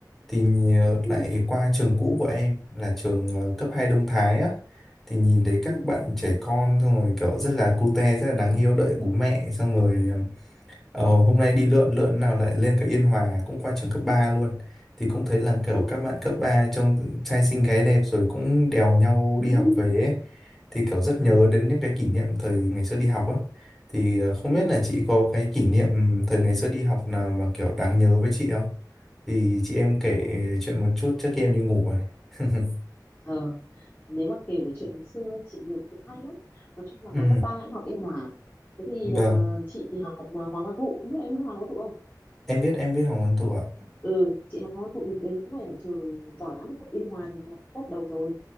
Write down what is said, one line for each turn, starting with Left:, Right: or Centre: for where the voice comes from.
Centre: thì nhờ-
Left: ừ
Centre: lại qua trường cũ của em là trường ờ, cấp 2 Đông Thái á thì nhìn thấy các
Left: ừ
Centre: bạn trẻ con xong rồi kiểu rất là cute rất là đáng yêu đợi bố mẹ xong rồi ờ, Ờ, hôm nay đi lượn lượn nào lại lên cả Yên Hòa cũng qua trường cấp 3 luôn thì cũng thấy là kiểu
Left: ừ
Centre: các bạn cấp 3 trông trai xinh gái đẹp rồi cũng đèo nhau
Left: <laughs>
Centre: đi học về ấy. Thì kiểu rất nhớ
Left: ừ
Centre: đến những cái kỷ niệm thời ngày xưa đi học á thì ờ, không
Left: ừ
Centre: biết là chị có cái kỷ niệm thời ngày xưa đi học nào mà kiểu đáng nhớ với chị không thì chị em kể
Left: ừ.
Centre: chuyện một chút trước khi em đi ngủ rồi <laughs>
Left: ờ nếu mà kể về chuyện ngày xưa ấy, chị nhiều chuyện hay lắm nói chung là
Centre: ừ,
Left: hồi cấp 3 em học Yên Hòa thế thì
Centre: vâng
Left: ờ, chị thì học ờ, Hoàng Văn Thụ không biết em biết Hoàng Văn Thụ không
Centre: em biết em biết Hoàng Văn Thụ ạ
Left: ừ chị học Hoàng Văn Thụ thì đấy cũng phải là trường giỏi lắm học Yên Hòa thì học top đầu rồi